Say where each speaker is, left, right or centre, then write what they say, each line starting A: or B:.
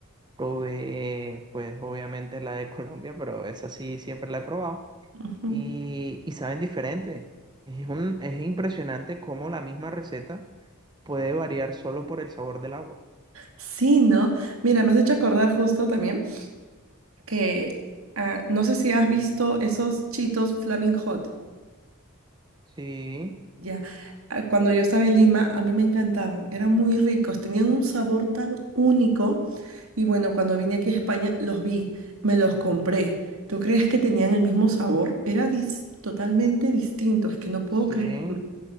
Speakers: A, on the right; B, on the right.
A: probé, pues obviamente la de <laughs> Colombia, pero esa sí siempre la he probado
B: ujú.
A: y, y saben diferente. Es un, es impresionante cómo la misma receta puede variar solo por el sabor del agua.
B: Sí, ¿no? Mira, me has hecho acordar justo también que ah, no sé si has visto esos chitos Flaming Hot.
A: Sí,
B: Ya, Ah, cuando yo estaba en Lima, a mí me encantaban, eran muy ricos, tenían un sabor tan único. Y bueno, cuando vine aquí a España, los vi, me los compré. ¿Tú crees que tenían el mismo sabor? Era dis- totalmente distinto, es que no puedo
A: sí.
B: creer.